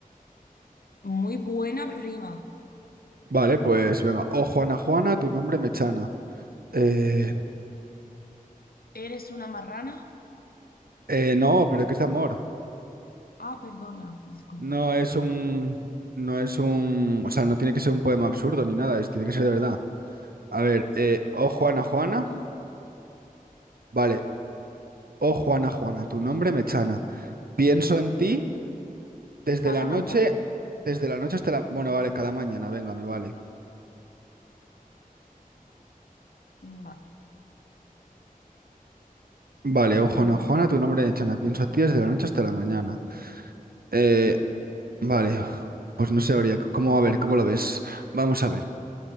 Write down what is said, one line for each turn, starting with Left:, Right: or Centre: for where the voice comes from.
Left: Muy buena rima.
Right: Vale, pues venga. Oh, Juana, Juana, tu nombre me chana. Eh,
Left: ¿Eres una marrana?
Right: eh, no, pero ¿qué es amor?
Left: Ah, perdona, disculpa.
Right: No es un, no es un, o sea, no tiene que ser un poema absurdo ni nada, es, tiene que ser de verdad. A ver, eh, oh, Juana, Juana, vale. Oh, Juana, Juana, tu nombre me chana. Pienso en ti desde
Left: Cada
Right: la noche,
Left: mañana.
Right: desde la noche hasta la, bueno, vale, cada mañana, venga, me vale.
Left: Mm, Vale.
Right: Vale,
Left: Mm,
Right: oh, Juana, Juana, tu nombre me chana. Pienso en ti desde la noche hasta la mañana. Eh, vale, pues no sabría c- cómo, a ver, ¿cómo lo ves? Vamos a ver.